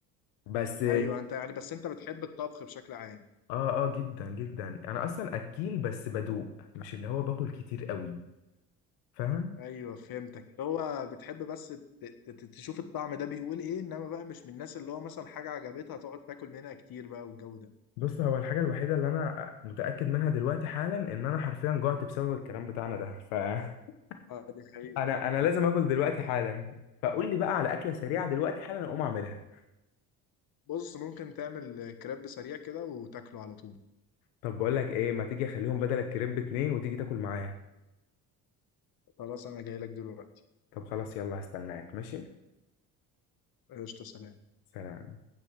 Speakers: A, on the left; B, on the left.
A: بس
B: ايوه انت يعني بس انت بتحب الطبخ بشكل عام
A: اه اه جدا جدا انا اصلا اكيل بس بدوق مش اللي هو باكل كتير قوي فاهم
B: ايوه فهمتك اللي هو بتحب بس ت- ت- ت- تشوف الطعم ده بيقول ايه انما بقى مش من الناس اللي هو مثلا حاجه عجبتها تقعد تاكل منها كتير بقى والجو ده
A: بص هو الحاجه الوحيده اللي انا متاكد منها دلوقتي حالا ان انا حرفيا جوعت بسبب الكلام بتاعنا ده ف <laughs>
B: اه دي حقيقة
A: انا انا لازم اكل دلوقتي حالا فقول لي بقى على اكله سريعه
B: <laughs>
A: دلوقتي حالا اقوم اعملها
B: بص ممكن تعمل كريب سريع كده وتاكله على طول
A: طب بقول لك ايه ما تيجي اخليهم بدل الكريب اتنين وتيجي تاكل معايا
B: خلاص انا جاي لك دلوقتي
A: طب خلاص يلا هستناك ماشي
B: قشطة سلام
A: سلام